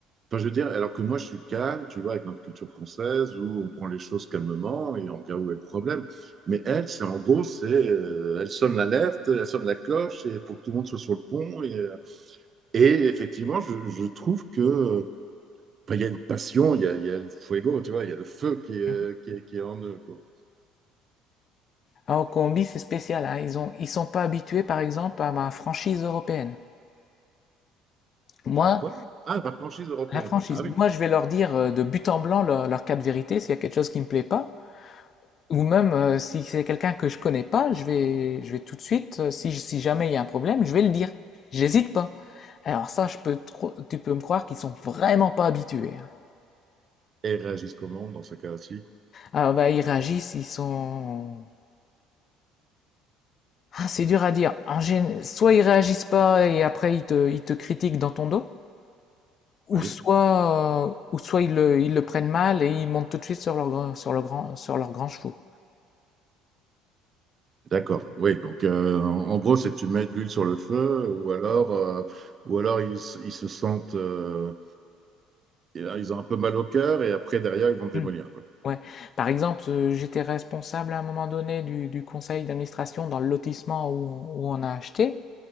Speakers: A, on the right; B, on the left.
A: Enfin, je veux dire, alors que moi, je suis calme, tu vois, avec notre culture française, où on prend les choses calmement et on regarde où est le problème. Mais elle, c'est en gros, c'est, euh, elle sonne l'alerte, elle sonne la cloche, et pour que tout le monde soit sur le pont. Et, euh, et effectivement, je, je trouve que, euh, enfin, il y a une passion, il y a, il y a le fuego, tu vois, il y a le feu qui est,
B: Mhm.
A: qui est, qui est en eux, quoi.
B: Ah, en Colombie, c'est spécial, hein. Ils ont, ils sont pas habitués, par exemple, à ma franchise européenne. Moi,
A: À quoi? Ah, la franchise européenne.
B: la franchise,
A: Ah oui.
B: moi, je vais leur dire euh, de but en blanc leur, leur cas de vérité s'il y a quelque chose qui me plaît pas. Ou même euh, si c'est quelqu'un que je connais pas, je vais, je vais tout de suite, euh, si, si jamais il y a un problème, je vais le dire. J'hésite pas. Alors ça, je peux, te cro- tu peux me croire qu'ils sont vraiment pas habitués. hein.
A: Réagissent comment dans ce cas-ci.
B: Alors bah, ils réagissent, ils sont, ah, c'est dur à dire. En gén- Soit ils réagissent pas et après ils te, ils te critiquent dans ton dos. Ou
A: Oui,
B: soit, euh, ou soit ils le, ils le prennent mal et ils montent tout de suite sur leur, grand- sur le grand, sur leur grand chevaux.
A: d'accord. Oui, donc euh, en en gros, c'est que tu mets de l'huile sur le feu, ou alors, euh, ou alors ils, s- ils se sentent, euh, et là, ils ont un peu mal au cœur, et après derrière, ils vont te
B: Hmm.
A: démolir, quoi.
B: Ouais. Par exemple, euh, j'étais responsable à un moment donné du, du conseil d'administration dans le lotissement où, où on a acheté.